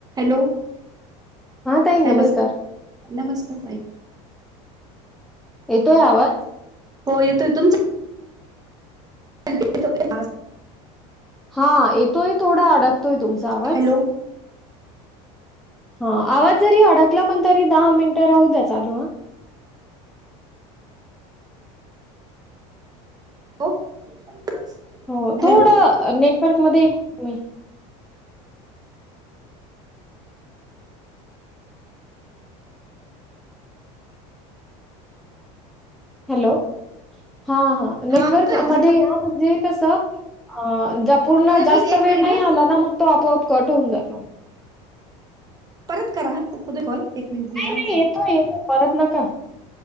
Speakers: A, on the right; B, in the centre.
A: Hello
B: हा ताई नमस्कार.
A: hello? नमस्कार ताई,
B: येतोय आवाज?
A: हो येतोय तुमचा, <unintelligible>
B: हा येतोय थोडा, अडकतोय तुमचा आवाज,
A: हॅलो
B: हा आवाज जरी अडकला, पण तरी दहा मिनिट राहू द्या चालू ह,
A: हो, <unintelligible>
B: हो
A: हॅलो
B: थोडं नेटवर्क मध्ये या तुम्ही हॅलो हा हां नेटवर्क
A: हा आता
B: मध्ये या म्हणजे कस अ पूर्ण जास्त
A: मी एक
B: वेळ
A: मिनिट
B: नाही
A: हा
B: आला ना मग तो आपोआप कट होऊन जातो.
A: परत करा कुदे कॉल एक मिनिट
B: नाही
A: मी बाहेर
B: नाही
A: जात
B: येतोय येतोय परत नका,